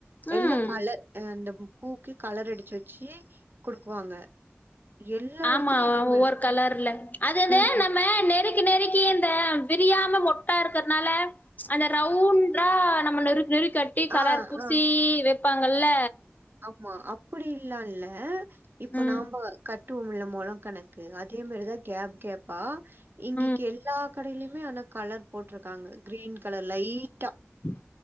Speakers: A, on the right; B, on the left.
A: எல்லா
B: ம்
A: கலர் ஆ அந்த பூக்கு கலர் அடிச்சு வச்சி குடுக்குவாங்க எல்லா
B: ஆமா
A: எடத்துலயு இதே
B: ஒவ்வொரு
A: மாரி
B: கலர்ல அது வந்து
A: ம்
B: நம்ம நெருக் கி நெருக்கி அந்த விரியாம மொட்டா இருக்கற்னால அந்த ரவுண்ட்ரா நம்ம நெருக் நெருக்கி கட் டி கலர்
A: ஆ
B: பூசி
A: ஆ
B: வெப்பாங்கள்ல
A: ஆமா அப்டி இல்லால்ல இப்ப
B: ம்
A: நாம்ப கட் டுவோம்ல மொழோ கணக்கு அதே மார்தா கேப் கேப்பா இங்கைக்கி
B: ம்
A: எல்லா கடைலிமே ஆனா கலர் போட்ருக்காங்க க்ரீன் கலர் லைட்டா
B: ம்